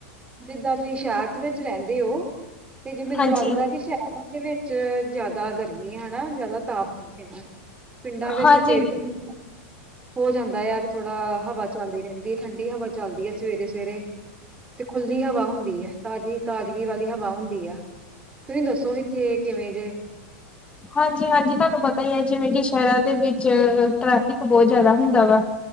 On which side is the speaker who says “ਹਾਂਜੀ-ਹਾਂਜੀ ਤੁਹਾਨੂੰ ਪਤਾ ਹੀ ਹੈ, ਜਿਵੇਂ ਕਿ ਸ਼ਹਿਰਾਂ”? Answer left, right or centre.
Left